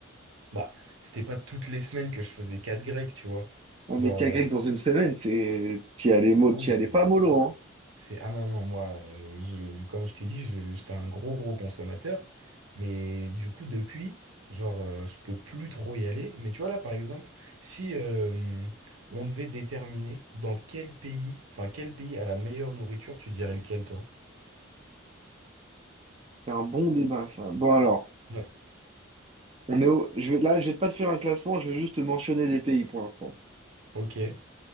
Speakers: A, on the right (about 75°); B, on the right (about 25°).
A: bah c'était pas toutes les semaines que je faisais quatre grecs, tu vois.
B: Un
A: Genre.
B: mec à
A: euh,
B: grec dans une semaine, c'est... T'y allais, mo-
A: Ah
B: t'y
A: oui, c'est...
B: allais pas mollo, hein.
A: c'est- Ah non, non, moi, euh, je- comme je t'ai dit, je- j'étais un gros, gros consommateur. Mais du coup, depuis, genre, euh, je peux plus trop y aller. Mais tu vois, là, par exemple, si euh, on devait déterminer dans quel pays, enfin, quel pays a la meilleure nourriture, tu dirais lequel, toi?
B: C'est un bon débat, ça. Bon, alors,
A: Ouais.
B: on est au- je vais... là, je vais pas te faire un classement, je vais juste te mentionner les pays pour l'instant.
A: Ok,